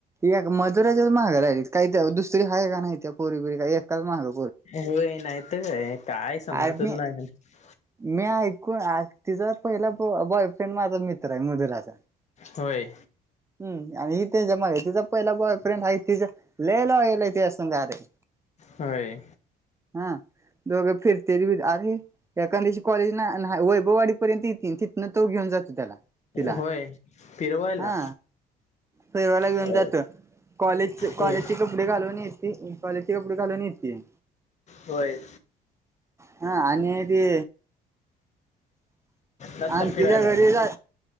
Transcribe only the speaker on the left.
होय नाहीतर काय काय समजतच
नाही मग
होय
होय.
होय फिरवायला
होय
होय.
होय
नंतर
फिरायला